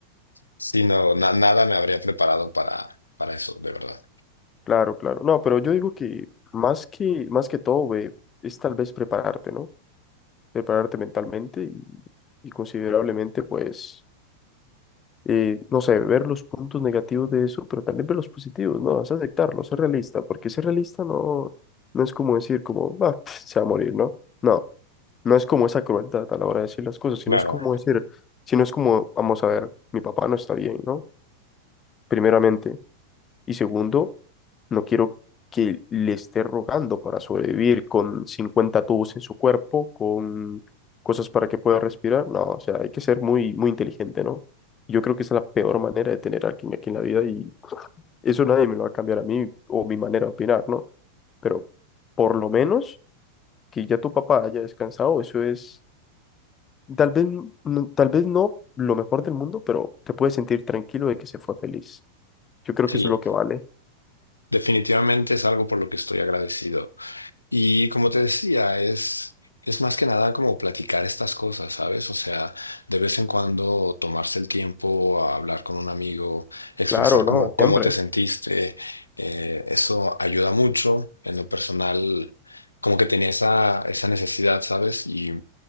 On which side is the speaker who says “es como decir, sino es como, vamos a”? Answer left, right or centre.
Left